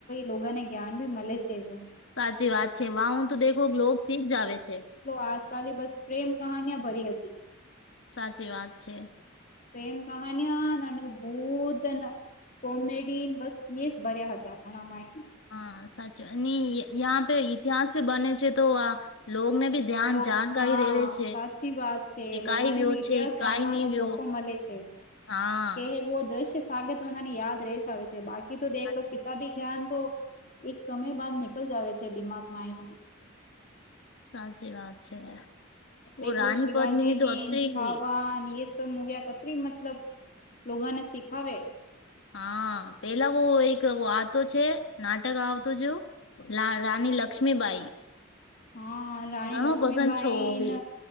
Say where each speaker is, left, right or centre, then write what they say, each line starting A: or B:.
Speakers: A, on the left; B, on the left.
A: લોકોને જ્ઞાન મળે છે એ.
B: સાચી વાત છે. માં હું તો દેખું લોક શીખ જ આવે છે.
A: આજકાલી બસ. પ્રેમ કહાનિયા ભરી હતી.
B: સાચી વાત છે.
A: પ્રેમ કહાનીયા ભૂતના. કોમેડી બસ એ જ ભર્યા હતા અણામાયને.
B: હા સાચ યા પે ઇતિહાસ ભી બને છે તો લને ભી. ધ્યાન
A: લોગ
B: જાણકારી
A: હા
B: રેવે છે.
A: સાચી વાત છે
B: કે કઈ
A: લોગાને
B: વ્યો
A: બી ઇતિહાસ
B: છે, કઈ
A: જાણવાનો
B: નહી વ્યો.
A: મોકો મલે છે
B: હા
A: કે દ્રશ્ય સાગત મનાની યાદ ર જ આવે છે. બાકી તો દેખ
B: સાચી
A: લો કિતાબી જ્ઞાન તો. એક સમય બાદ નીકળ જ આવે છે. દિમાગમાં એનું.
B: સાચી વાત છે
A: દેખલો
B: ઓ રાની
A: શિવાજીની
B: પદ્મિની તો અત્રી
A: છાવાન.
B: ગઈ
A: મુવી્યા કત્રી મતલબ લોકોને શીખાવે
B: હા પેલાહ એક આતો છે નાટક આવતો જોવું રાણી લક્ષ્મીબાઈ
A: હા, રાણી
B: ઘણો
A: લક્ષ્મીબાઈન,
B: પસંદ છો બી